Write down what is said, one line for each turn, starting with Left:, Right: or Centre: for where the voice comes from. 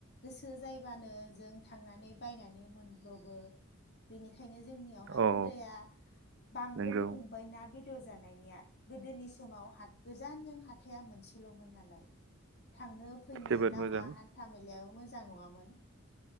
Left: गोसो जायोबानो जों थांनानै बायनानै मोनब्रबो बेनिखाय बेनिखायनो जोंनियावहाय
Right: औ
Left: हुदाया बांबोनो
Right: नंगौ
Left: हमबाय ना बेद बेदर जानायनिया गोदोनि समाव हा गोजानजों हाथाइआ मोनसेलमोन नालाय। थांनो फैनो
Right: जोबोद
Left: लामा
Right: मोजां
Left: हान्था मेलायाबो मोजां नङामोन।